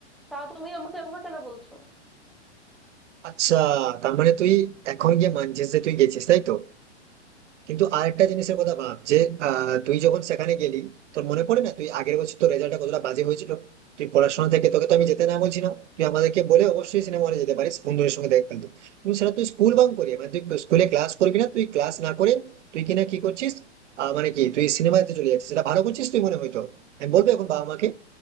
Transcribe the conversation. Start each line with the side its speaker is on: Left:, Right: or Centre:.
Centre: তা তুমি আমাকে একবার কেন বলছো
Right: আচ্ছা তার মানে তুই এখন গিয়ে মানছিস যে তুই গেছিস তাই তো কিন্তু আরেকটা জিনিসের কথা ভাব যে আহ, তুই যখন সেখানে গেলি তোর মনে পড়ে না তুই আগের বছর তোর রেজাল্টটা কতটা বাজে হয়েছিল তুই পড়াশোনা থেকে তোকে তো আমি যেতে না বলছি না তুই আমাদেরকে বলে অবশ্যই সিনেমা হলে যেতে পারিস বন্ধুদের সঙ্গে দেখা কিন্তু তুই সেটা তুই স্কুল বাং করি মানে তুই স্কুলে ক্লাস করবি না তুই ক্লাস না করে তুই কিনা কি করছিস আহ, মানে কি তুই সিনেমাতে চলে যাচ্ছিস সেটা ভালো করছিস তুই মনে হয়তো আমি বলবো এখন বাবা মাকে